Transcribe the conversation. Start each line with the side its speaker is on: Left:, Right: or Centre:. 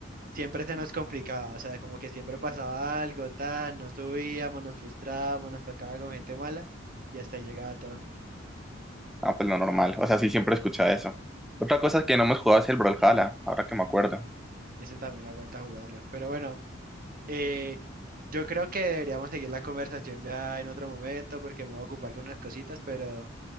Right: siempre se nos complicaba, o sea, como que siempre pasaba algo, tal, no subíamos, nos frustrábamos, nos tocaba con gente mala y hasta ahí llegaba todo.
Centre: Ah, pues lo normal. O sea, sí, siempre escuchaba eso. Otra cosa que no hemos jugado es el Brawlhalla, ahora que me acuerdo.
Right: Ese también no aguanta jugarlo. Pero bueno, Eh, yo creo que deberíamos seguir la conversación ya en otro momento porque me voy a ocupar con unas cositas, pero